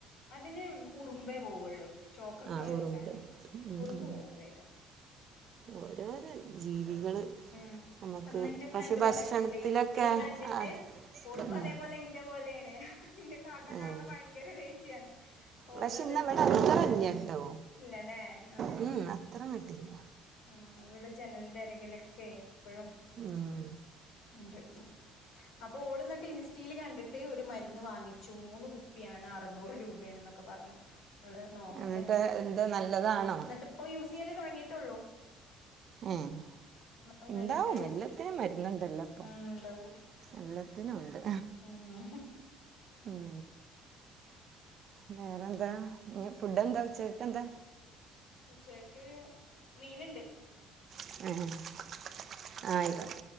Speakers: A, on the left; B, on the right.
A: അതിന് ഉറുമ്പേ പോവൊള്ളൂ ചോക്കൊക്കെ
B: ആ
A: വരച്ചാല്
B: ഉറുമ്പ് ഉം.
A: ഉറുമ്പ്
B: ഉം.
A: പോവും വേഗം
B: ഓരോരോ ജീവികള്
A: ഹ്മ്മ്
B: നമുക്ക്
A: ഇപ്പന്ന് ഇന്റെ
B: പക്ഷെ
A: ഫ്രണ്ട്
B: ഭക്ഷണത്തിലൊക്കെ
A: പറയുന്നുണ്ട് ഇൻസ്റ്റേല് കണ്ടിട്ട്
B: ആ
A: ഓൾക്കും
B: ഉം.
A: അതേപോലെ ഇ ന്റെ പോലെണ് അയിന്റെ കാട്ടം കാണ്ണെ
B: ഉം.
A: ഭയങ്കര ദേഷ്യാണ് ഓള്
B: പക്ഷെ
A: അതേപോലെ
B: ഇന്നാ ഇവടെ അത്രല്ലട്ടോ,
A: ഇല്ലല്ലേ ആഹ്
B: ഹ്മ്മ് അത്രല്ല
A: ആഹ് ഇവടെ ജനലിന്റെ അരികിലൊക്കെ എപ്പഴും
B: ഉം.
A: ഇണ്ട്, അപ്പോള്ന്ന്ട്ട് ഇൻസ്റ്റയില് കണ്ടിട്ട് ട്ട് ഒരു മരുന്ന് വാങ്ങിച്ചു മൂന്ന് കുപ്പിയാണ് അറുന്നൂറ് രൂപേണ് എന്നൊക്കെ പറഞ്ഞു അവള് നോക്കട്ടെ,
B: എന്നിട്ട് എന്താ നല്ലതാണോ
A: ഇന്നട്ട് ഇപ്പോ യൂസെയ്യല് തൊടങ്ങിട്ടൊള്ളൂ
B: ഏഹ്
A: ഒന്നലൊക്കെ
B: ണ്ടാവും
A: യൂസ്
B: എല്ലാത്തിനും
A: ചെയ്തിട്ട്
B: മരുന്നുണ്ടല്ലോ ഇപ്പൊ
A: ഉം ഉണ്ടാവും
B: എല്ലത്തിനൊണ്ട്
A: ഉം
B: ഉം
A: <inaudible>
B: വേറെ എന്താ നി ഫുഡ് എന്താച്ചേ ക്ക് എന്താ
A: ഉച്ചക്ക് മീനിണ്ട്
B: ആഹ് <unintelligible>